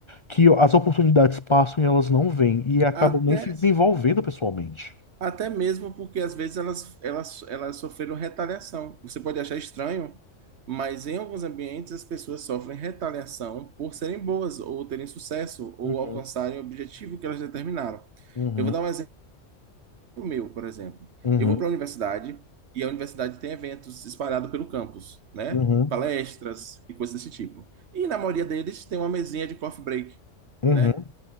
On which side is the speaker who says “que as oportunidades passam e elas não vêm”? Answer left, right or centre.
Left